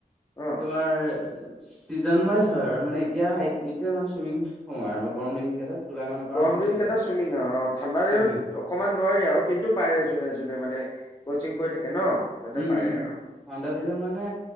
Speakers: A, on the left; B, in the centre.
A: অ',
B: তোমাৰ ছিজন ৱাইজ। ধৰ আৰু মানে, এতিয়া এতিয়া মানে চুইমিং সময় আৰু গৰম দিন কেইটাত। জুলাই মানৰ পৰা
A: গৰম
B: আৰম্ভ
A: দিন
B: হৈ
A: কেইটা
B: যায়
A: চুইমিং আৰু, অ', ঠাণ্ডা দিনত
B: চুইমিং
A: অকমাণ নোৱাৰি আৰু, কিন্তু পাৰে যোনে যোনে মানে‌ কোচিং কৰি থাকে ন। সিহঁতে
B: উম
A: পাৰে
B: উম,
A: আৰু
B: ঠাণ্ডা দিনত মানে